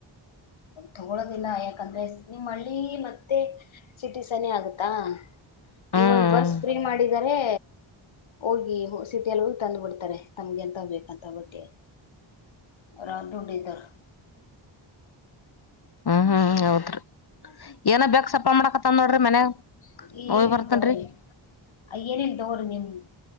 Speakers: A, on the left; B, on the left.
A: ತಗೊಳದಿಲ್ಲ ಯಾಕಂದ್ರೆ ನಿಮ್ಮ್ ಹಳ್ಳಿ ಮತ್ತೆ ಸಿಟಿ ಸನಿ ಆಗತ್ತಾ
B: ಹ್ಮ್
A: ಈಗ ಒಂದ್ ಬಸ್ ಫ್ರೀ ಮಾಡಿದರೆ ಹೋಗಿ ಸಿಟಿಲ್ಲಿ ಹೋಗ ತಂದ್ ಬಿಡ್ತಾರೆ ತಮ್ಗೆ ಎಂತ ಬೇಕಂತ ಬಟ್ಟಿ ರದು ಉಡ ಇಧರ
B: ಹ್ಮ್ ಹ್ಮ್ ಹೌದ್ರಿ ಏನ ಬೇಕ್ ಸಪ್ಪ ಮಾಡಕತ್ತನ್ ನೋಡ್ರಿ ಮನ್ಯಾಗ
A: ಏನಲ್ಲಿ
B: ಹೋಗಿ ಬರ್ತನ್ರಿ
A: ತಗ್ರಿ ಅ ಏನಲ್ ತಗೋ್ರಿ ನಿಮ್